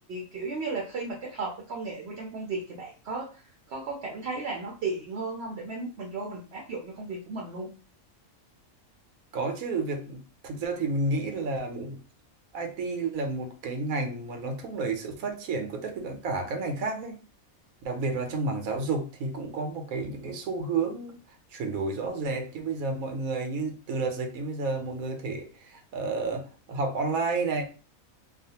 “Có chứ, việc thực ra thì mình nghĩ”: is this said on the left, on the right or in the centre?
Right